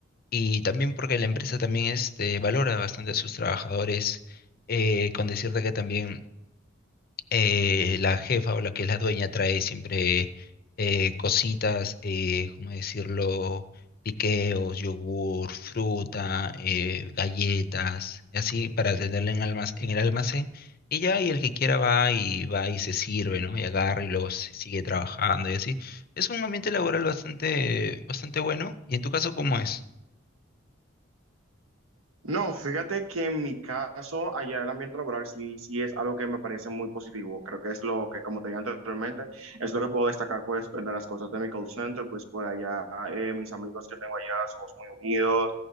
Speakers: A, on the left (about 45°); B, on the right (about 80°).
A: Y también porque la empresa también este, valora bastante a sus trabajadores, eh, con decirte que también eh, la jefa o la que es la dueña trae siempre eh, cositas, eh, ¿cómo decirlo? Piqueos, yogur, fruta, eh, galletas, y así para tenerla en, almac- en el almacén. Y ya, y el que quiera va y va y se sirve, ¿no? Y agarra y luego se sigue trabajando y así. Es un ambiente laboral bastante, bastante bueno. ¿Y en tu caso cómo es?
B: No, fíjate que en mi caso, allá el ambiente laboral sí, sí es algo que me parece muy positivo. Creo que es lo que, como te dije anteriormente, es lo que puedo destacar, pues, de las cosas de mi call center, pues, por allá, eh, mis amigos que tengo allá somos muy unidos.